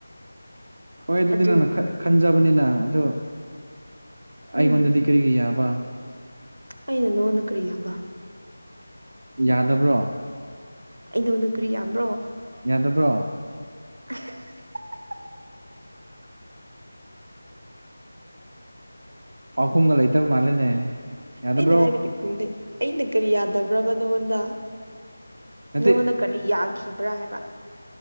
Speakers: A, on the right; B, on the right.
A: ꯍꯣꯏ ꯑꯗꯨꯗꯤ
B: ꯑꯗꯨ
A: ꯅꯪꯅ ꯈꯟꯖꯕꯅꯤꯅ ꯑꯗꯣ ꯑꯩꯉꯣꯟꯗꯗꯤ
B: ꯎꯝ
A: ꯀꯔꯤꯒꯤ ꯌꯥꯕ
B: ꯑꯩꯅ ꯅꯉꯣꯟꯗ ꯀꯔꯤ ꯌꯥꯕ
A: ꯌꯥꯗꯕ꯭ꯔꯣ
B: ꯑꯩꯩ ꯅꯉꯣꯟꯗ ꯀ꯭ꯔꯤ ꯌꯥꯝꯕ꯭ꯔꯣ
A: ꯌꯥꯗꯕ꯭ꯔꯣ
B: <unintelligible>
A: ꯄꯥꯎꯈꯨꯝꯒ ꯂꯩꯇꯕ ꯃꯥꯜꯂꯦꯅꯦ ꯌꯥꯗꯕ꯭ꯔꯣ
B: ꯑꯩꯅ ꯍꯥꯏꯕꯗꯤ ꯈꯨꯝꯗꯦ ꯑꯩꯅ ꯀꯔꯤ ꯌꯥꯗꯕ꯭ꯔꯕ ꯅꯪꯉꯣꯟꯗ
A: ꯅꯠꯇꯦ
B: ꯅꯪꯉꯣꯟꯅ ꯀꯔꯤ ꯌꯥꯈꯤꯕ꯭ꯔꯥ ꯍꯥꯏꯕ